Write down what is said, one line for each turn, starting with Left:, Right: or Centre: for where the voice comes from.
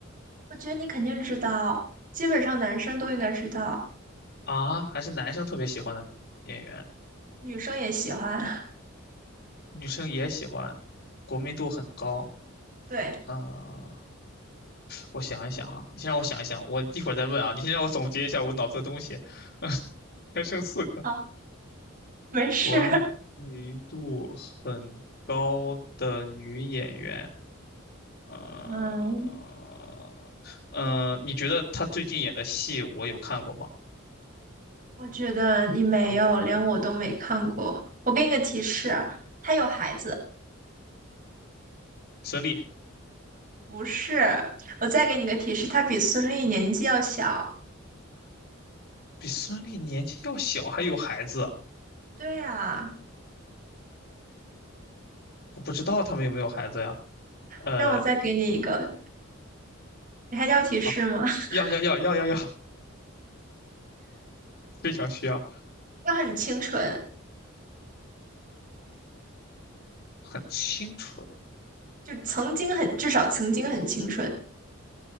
Right: 我觉得你肯定知道，基本上男生都应该知道，
Left: 啊，还是男生特别喜欢的演员，
Right: 女生也喜欢。<laughs>
Left: 女生也喜欢，国民度很高。
Right: 对，
Left: 啊、我想一想哈，你先让我想一想，我一会儿再问啊。你先让我总结一下我脑子的东西，<laughs> 还剩四个。
Right: 好，没事。
Left: 国民度很高的女演员，
Right: <laughs>
Left: 呃，
Right: 嗯，
Left: 呃，你觉得她最近演的戏我有看过吗？
Right: 我觉得你没有，
Left: 我
Right: 连我都没看过。我给你个提示，他有孩子，
Left: 孙俪
Right: 不是。我再给你个提示，他比孙俪年纪要小。
Left: 比孙俪年纪要小，还有孩子啊，
Right: 对呀，
Left: 我不知道他们有没有孩子呀？呃，
Right: 那我再给你一个，你还要提示吗？
Left: 好，
Right: <laughs>
Left: 要要要要要要，非常需要，
Right: 他很清纯，
Left: 很清纯。
Right: 就曾经很，至少曾经很清纯。